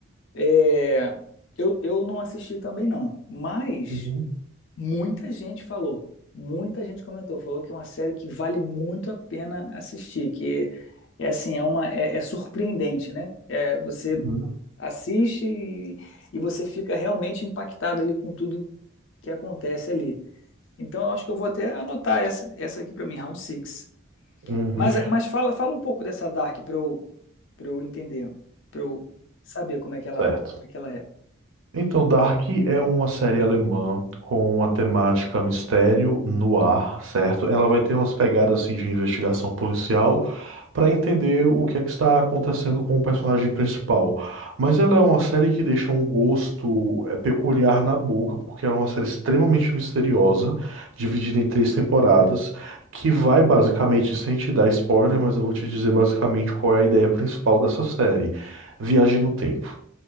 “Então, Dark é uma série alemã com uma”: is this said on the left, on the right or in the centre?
Right